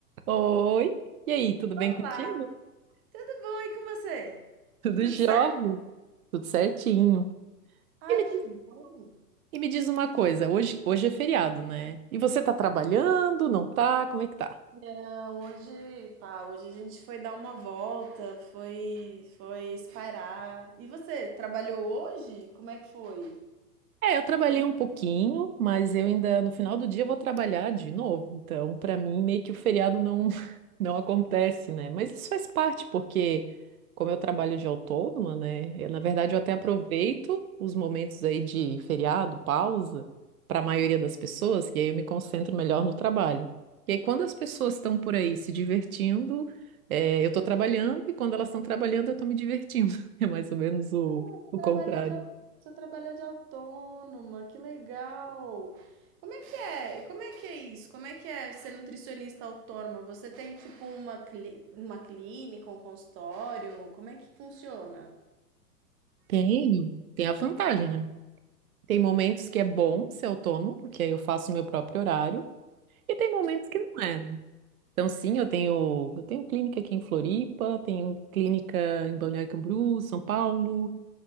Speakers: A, on the right; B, on the right.
A: Oi, e aí, tudo bem
B: Olá,
A: contigo?
B: tudo bom e com você?
A: Tudo
B: Tudo
A: jóia,
B: certo?
A: tudo certinho.
B: Ai,
A: E me
B: que
A: diz,
B: bom.
A: e me diz uma coisa, hoje, hoje é feriado, né? E você tá trabalhando, não tá? Como é que tá?
B: Não, hoje, pá, hoje a gente foi dar uma volta, foi, foi espairar. E você, trabalhou hoje? Como é que foi?
A: É, eu trabalhei um pouquinho, mas eu ainda no final do dia eu vou trabalhar de novo. Então, para mim, meio que o feriado não <laughs> não acontece, né? Mas isso faz parte, porque como eu trabalho de autônoma, né? eu, na verdade, eu até aproveito os momentos aí de feriado, pausa, para a maioria das pessoas, e aí eu me concentro melhor no trabalho. E aí, quando as pessoas estão por aí se divertindo, é, eu estou trabalhando, e quando elas estão trabalhando, eu estou me divertindo. <laughs> É mais ou menos o,
B: Você
A: o
B: trabalha
A: contrário.
B: de, au- você trabalha de autônoma, que legal. Como é que é? Como é que é isso? Como é que é ser nutricionista autônoma? Você tem tipo uma, cli- uma clínica, um consultório? Como é que funciona?
A: Tem, tem a vantagem, né? Tem momentos que é bom ser autônomo, porque aí eu faço o meu próprio horário, e tem momentos que não é, né? Então, sim, eu tenho, eu tenho clínica aqui em Floripa, tenho clínica em Balneário Camboriú, São Paulo,